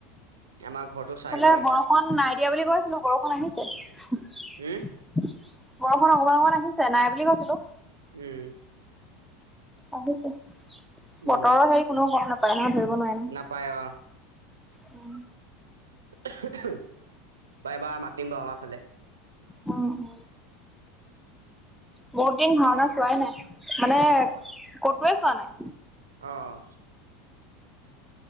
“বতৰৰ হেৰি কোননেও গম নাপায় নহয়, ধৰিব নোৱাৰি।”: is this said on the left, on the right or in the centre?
Centre